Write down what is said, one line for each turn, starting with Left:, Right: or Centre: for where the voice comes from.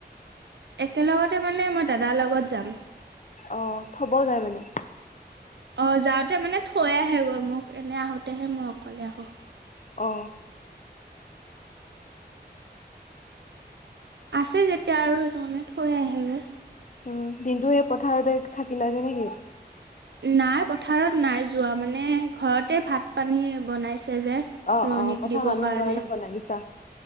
Right: একেলগতে মানে মই দাদাৰ লগত যাম।
Left: অ থব যায় মানে?
Right: অ যাওঁতে মানে থৈ আহে গৈ মোক এনে আহোতেহে মই অকলে আহো।
Left: অ
Right: আছে যেতিয়া আৰু সেইটো কাৰণে থৈ আহে গৈ।
Left: উম দিনটো সেই পথাৰতে থাকিলাগে নেকি?
Right: নাই পথাৰত নাই যোৱা মানে ঘৰতে ভাত পানী বনাইছে যে
Left: অ
Right: ৰোৱনীক
Left: অ পথাৰ
Right: দিবৰ
Left: মানুহৰ
Right: কাৰণে।
Left: বনাই দিছা